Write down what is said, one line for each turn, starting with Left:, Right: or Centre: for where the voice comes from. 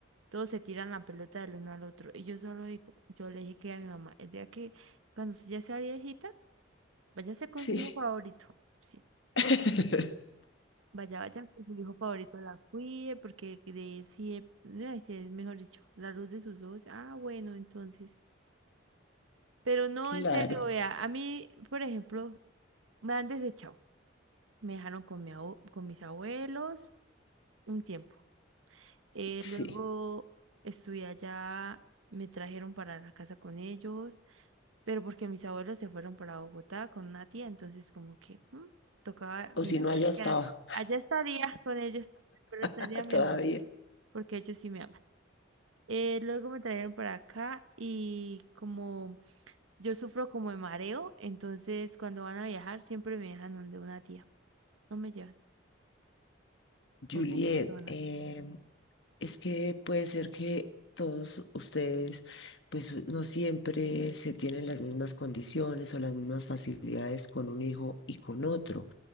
Right: todos se tiran la pelota del uno al otro. Y yo solo digo, yo le dije que a mi mamá, el día que cuando usted ya sea viejita, váyase con
Left: <laughs>
Right: su hijo
Left: sí.
Right: favorito, sí.
Left: <laughs>
Right: Vaya, vaya, que su hijo favorito la cuide, porque de si es, ay, sí, es mejor dicho, la luz de sus ojos. Ah, bueno, entonces. Pero no,
Left: Claro,
Right: en serio, vea, a mí, por ejemplo, Me han desechado. Me dejaron con, mi abue- con mis abuelos un tiempo. Eh,
Left: sí.
Right: luego estudié allá, me trajeron para la casa con ellos, pero porque mis abuelos se fueron para Bogotá con una tía, entonces como que mm, tocaba
Left: O
Right: mirar
Left: si no,
Right: a
Left: allá
Right: ver
Left: estaba
Right: qué ha- allá estaría con ellos, pero estaría
Left: <laughs>
Right: mejor,
Left: todavía.
Right: porque ellos sí me aman. Eh, luego me trajeron para acá y como yo sufro como de mareo, entonces cuando van a viajar siempre me dejan donde una tía, no me llevan por
Left: Juliet,
Right: momento
Left: eh, es que puede ser que todos ustedes, pues no siempre se tienen las mismas condiciones o las mismas facilidades con un hijo y con otro,